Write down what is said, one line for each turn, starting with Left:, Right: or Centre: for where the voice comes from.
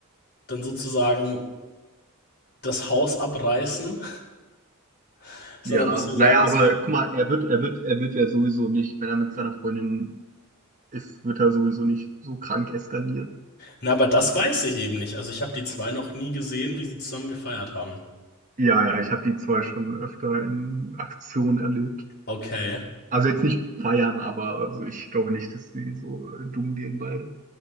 Left: dann sozusagen das Haus abreißen, <laughs> sondern
Right: Ja,
Left: dass wir sagen,
Right: naja,
Left: dass
Right: aber
Left: wir
Right: guck mal, er wird, er wird, er wird ja sowieso nicht, wenn er mit seiner Freundin ist, wird er sowieso nicht so krank eskalieren.
Left: Na, aber das weiß ich eben nicht. Also ich habe die zwei noch nie gesehen, wie sie zusammen gefeiert haben.
Right: Ja, ja, ich habe die zwei schon öfter in Aktion erlebt.
Left: Okay.
Right: Also jetzt nicht feiern, aber also ich glaube nicht, dass sie so äh, dumm gehen beide.